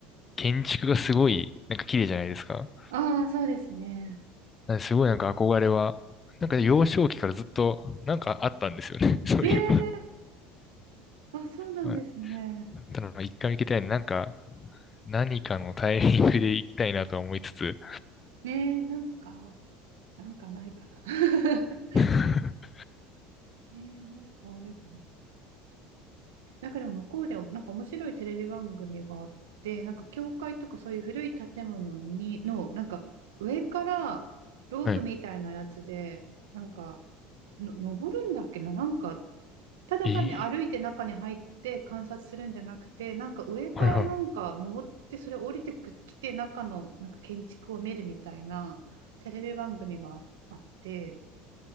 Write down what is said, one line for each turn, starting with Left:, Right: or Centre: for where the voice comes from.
Left: 建築がすごい、なんか綺麗じゃないですか。
Right: ああ、そうですね。
Left: なんですごいなんか憧れは、なんか幼少期からずっとなんかあったんですよね、<laughs> そういうの。
Right: ええ、あ、そうなんですね。
Left: まあただ、一回行きたいななんか、何かのタイミングで行きたいなとは思いつつ。
Right: ねえ、なんか、なんかないかな。<laughs>
Left: <laughs>
Right: ねえ、なんかあれば。なんかでも向こうでもなんか面白いテレビ番組があって、なんか教会とかそういう古い建物にのなんか上からロープみたいなやつでなんか
Left: はい。
Right: の登るんだっけな、なんかただ単に歩いて中に入って観察するんじゃなくて、
Left: えー
Right: なんか上からなんか登ってそれ降りてきて中のなんか建築を見るみたいなテレビ番組があって。
Left: はいはい。